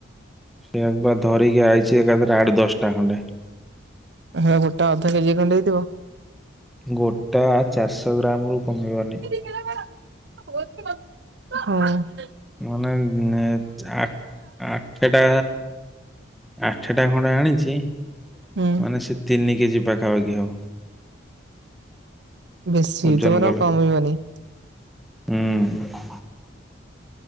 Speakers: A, in the centre; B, on the right.
A: ସିଏ ଏକବାର ଧରିକି ଆଇଛି ଏକାଥରେ ଆଠ ଦଶଟା ଖଣ୍ଡେ।
B: ସେ ଆ ଗୋଟା ଅଧ କେଜି ଖଣ୍ଡେ ହେଇଥିବ।
A: ଗୋଟା ଚାରିଶହ ଗ୍ରାମ ରୁ କମିବନି।
B: <unintelligible>
A: ମାନେ ଆ ଆଠେଟା ଆଠେଟା ଖଣ୍ଡେ ଆଣିଛି
B: ହୁଁ
A: ମାନେ ସେ ତିନିକେଜି ପାଖାପାଖି ହବ।
B: ବେଶୀ
A: ଓଜନ
B: ହେଇଥିବ
A: କଲେ।
B: ନା କମବନି।
A: ହୁଁ